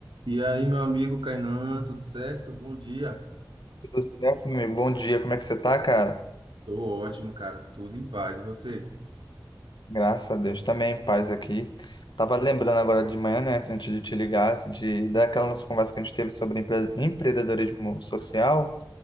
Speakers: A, on the right; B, on the left.
A: E aí, meu amigo Kainan, tudo certo? Bom dia.
B: Tudo certo, meu amigo? Bom dia, como é que você tá, cara?
A: Tô ótimo, cara. Tudo em paz. E você?
B: Graças a Deus, também, paz aqui. Tava lembrando agora de manhã, né, antes de te ligar, de daquela nossa conversa que a gente teve sobre empre- empreendedorismo social.